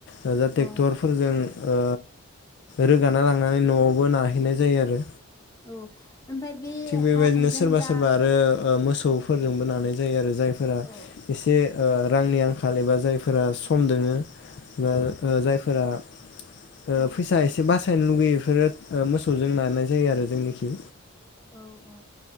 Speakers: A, on the left; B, on the left.
A: ओ जा टेक्टरफोरजों
B: औ
A: ओ रोगाना लांनानै न'आवबो नाहैनाय जायो आरो।
B: औ ओमफाय बे
A: थिग बेबायदिनो
B: हा जों
A: सोरबा
B: जा
A: सोरबा आरो ओ मोसौफोरजोंबो नानाय जायो आरो। जायफोरा
B: औ
A: एसे
B: औ
A: रांनि ओ आं खाल एबा जायफोरा सम दोङो। ओ
B: औ
A: ओ जायफोरा ओ
B: औ
A: फैसा एसे बासा सायनो लुगैयो इफोरो ओ मोसौजों नानाय जायो आरो जोंनिखि।
B: औ औ